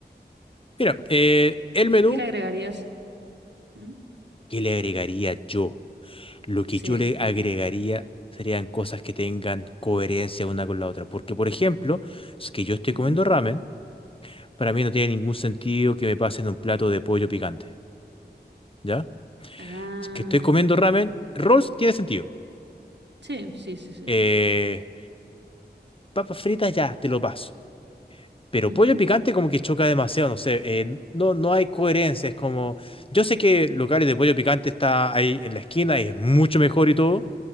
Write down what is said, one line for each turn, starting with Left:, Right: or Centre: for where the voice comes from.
Left: Mira, eh, el
Right: ¿Y
Left: menú
Right: qué le agregarías? ¿Mm?
Left: que le agregaría yo. Lo que
Right: Sí.
Left: yo le agregaría serían cosas que tengan coherencia una con la otra. Porque, por ejemplo, si es que yo estoy
Right: Ujú.
Left: comiendo ramen, para mí no tiene ningún sentido que me pasen un plato de pollo picante, ¿ya?
Right: Ah.
Left: Si Es que estoy comiendo ramen, rolls tiene sentido.
Right: Sí, sí, sí, sí.
Left: Eh, papas fritas ya, te lo paso. Pero
Right: Ujú.
Left: pollo picante como que choca demasiado, no sé, eh, no, no hay coherencia, es como... Yo sé que locales de pollo picante está ahí en la esquina y es mucho mejor y todo,